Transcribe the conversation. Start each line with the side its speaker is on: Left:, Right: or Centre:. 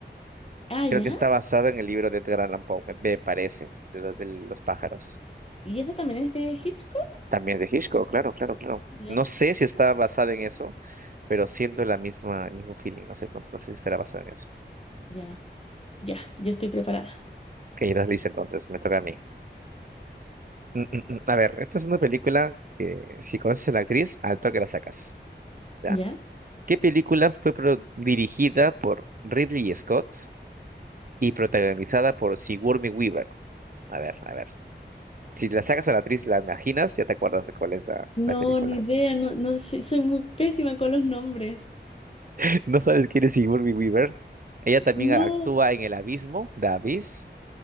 Left: Ah, ya.
Right: Creo que está basado en el libro de Edgar Allan Poe, me, me parece, de, los de los pájaros.
Left: ¿Y esa también es de Hitchcock?
Right: También de Hitchcock, claro, claro, claro.
Left: Genial.
Right: No sé si está basado en eso, pero siento la misma, el mismo feeling. No sé, no, no sé si estará basado en eso.
Left: Ya, ya, yo estoy preparada.
Right: Ok, estás lista entonces, me toca a mí. Mm, mm, mm. A ver, esta es una película que si conoces a la actriz, al toque la sacas. ¿Ya?
Left: ¿Ya?
Right: ¿Qué película fue pro- dirigida por Ridley Scott y protagonizada por Sigourney Weaver? A ver, a ver. Si la sacas a la actriz, la imaginas, ya te acuerdas de cuál es la,
Left: No,
Right: la película.
Left: ni idea, no, no soy, soy muy pésima con los nombres.
Right: <laughs> ¿No sabes quién es Sigourney Weaver? Ella también
Left: No.
Right: actúa en El Abismo, The Abyss.